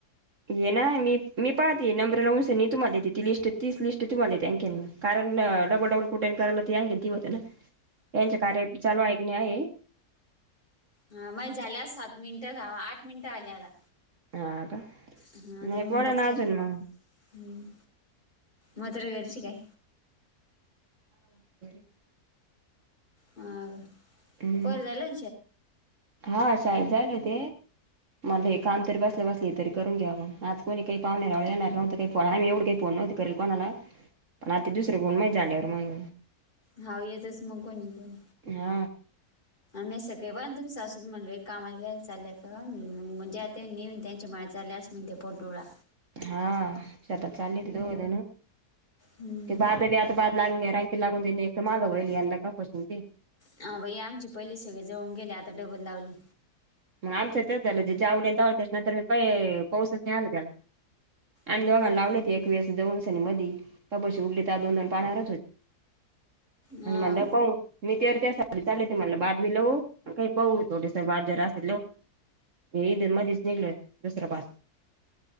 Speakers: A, on the right; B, on the left.
A: ये ना मी मी पाहते नंबर लावून स तुम्हा देत ती लिस्ट ती लिस्ट तुम्हालाेतेंकेन कारण डबल डबल कट कराला आहेयी ती होते ना.
B: ह्
A: त्यांच्या कार्य चालू ऐकणे आहे.
B: ह मग झाल्या सात मिनटात आठ मिनटं आल्यात.
A: हा का.
B: हा
A: नाही
B: दोन मिनिटच
A: बोला ना
B: रा
A: अजून
B: हम्म
A: मग
B: म तर्र घरची काय
A: <unintelligible>
B: ह
A: हम्म.
B: कोर झाले.
A: हा शाळेत जायलय तै. म्हनल हे काम तरी बसलं बसले तरीून घ्या मग आज कोणी काही पाहणेरावने येणार नवत का आमही एवढं का फोन नव्हती करल कोणाला पण आता दुसरं गुण माहि झाल्यावर मग
B: हाव येतच मगोणी पण
A: हा
B: मी सगळे बणुम् सासून म्हणल कामा चा म्हणजे आ ते न्यन त्यांच्या माळ्यात झाले असं म्ह ते पोटुळा
A: हा त्याता चाली दोजन
B: हम्म.
A: ते बाद बा रँकी लागून दि एक मागं होईल यांना का कोशून ती
B: हा आमची पहिली सगळे जळून गेले आता डबल लावली
A: मग आलचं तेच झालं जेवले त्याच्यानंतर मी प पाऊसा आल त्याला आणि
B: हम्म.
A: दघा लावले ते एक वेळेस दोनसनी मधी तपशी उगली तर दोन दोन पाहच होते
B: हा
A: आणि मडप मी ते त्यासाठी चालते मला बादमी लवू काही पाहू ोस बास्त हे धर्मा दिस निघलोय दुसरा पाात